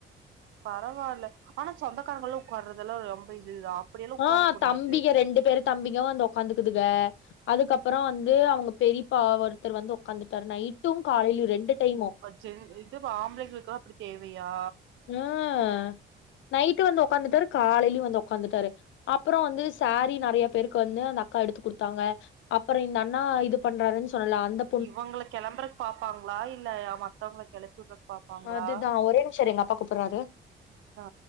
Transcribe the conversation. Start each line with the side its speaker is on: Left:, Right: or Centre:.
Right: பரவால்ல ஆனா சொந்தக்காரங்களு உக்கார்றதுலா ரொம்ப இதுதா அப்படியெல்லா உட்கார
Left: ஆ
Right: கூடாது
Left: தம்பிக ரெண்டு பேரு தம்பிக வந்து ஒக்காந்துக்குதுக அதுக்கப்பறோ வந்து அவுங்க பெரிப்பா ஒருத்தர் வந்து ஒக்காந்துட்டாரு நைட்டு காலைலயு ரெண்டு டைமு
Right: சேரி இதுவு ஆம்பளைங்களுக்குலா அப்டி தேவையா
Left: ம் நைட்டு வந்து ஒக்காந்துட்டாரு காலைலயு வந்து ஒக்காந்துட்டாரு அப்பற வந்து சாரீ நெறைய பேருக்கு வந்து அந்த அக்கா எடுத்து குடுத்தாங்க அப்பற இந்த அண்ணா இது பண்றாருன் சொன்னல்ல அந்தப்
Right: இவங்கள கிளம்புறதுக் பாப்பாங்ளா இல்ல மத்தவ்ங்கள கிளப்பிவுட்றதுக்கு பாப்பாங்களா
Left: அதுதான் ஒரே நிம்ஷ இரு எங்க அப்பா கூப்புட்றாரு
Right: ஆ